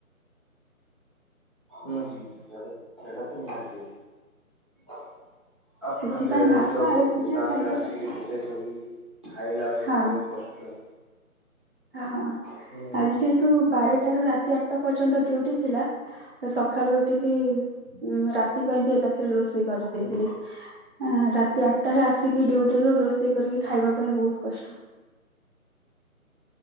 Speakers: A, on the right; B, on the right.
A: ହୁଁ ହୁଁ ସେଟା ସେଇଟ ତ ନିହାତି ହଁ। ଆପଣ
B: ସେଥିପାଇଁ
A: ଏବେ
B: ଭାତ
A: ଜବ
B: ଆଳୁ
A: କୁ ଯିବେ
B: ସିଝା
A: ତାପରେ
B: ଖାଇବା
A: ଆସିକିରି
B: କଥା
A: ରୋସେଇ କରିକି ଖାଇଲା ବେଳକୁ
B: ହଁ
A: ବହୁତ କଷ୍ଟ।
B: ହଁ
A: ହୁଁ
B: ଆଜି
A: ହୁଁ
B: ସେତୁ ବାରଟା ରୁ ରାତି ଆଠଟା ପର୍ଯ୍ୟନ୍ତ ଡିଉଟି ଥିଲା। ତ ସକାଳୁ ଉଠିକି ଉ ରାତି ପାଇଁ ବି ଏକାଥରେ ରୋଷେଇ କରିଦେଇଥିଲି।
A: ହୁଁ
B: ଅଁ ରାତି ଆଠଟାରେ ଆସିକି ଡ୍ୟୁଟିରୁୁ ରୋଷେଇ କରିକି ଖାଇବା ପାଇଁ ବହୁତ କଷ୍ଟ।